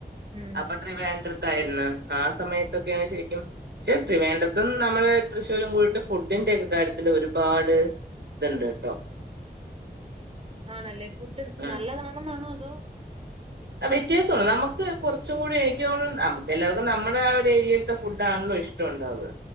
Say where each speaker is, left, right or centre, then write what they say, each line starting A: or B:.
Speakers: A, on the right; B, on the right.
A: ഉം
B: അപ്പേ ട്രിവാണ്ട്രത്തായിരുന്നു ആ സമയത്തൊക്കെയാണ് ശെരിക്കും ക്ഷെ ട്രിവാണ്ട്രത്തും ന്നമ്മള് തൃശൂരും കൂടിയിട്ട് ഫുഡിന്റെഒക്കെ കാര്യത്തില് ഒരുപാട് ഇതുണ്ട്ട്ടോ.
A: ആണല്ലേ ഫുഡ്
B: ഉം
A: ന്നല്ലെതാണെന്നാണോ അതോ
B: ആഹ് വ്യത്യാസോണ്ട് നമ്മക്ക് കൊറച്ചു കൂടി എനിക്ക് തോന്നണു നമ്മക്ക് എല്ലാവർക്കും ആ ഒര് ഏരിയലത്തെ ഫുഡാണല്ലോ ഇഷ് ട്ടൊണ്ടാവാ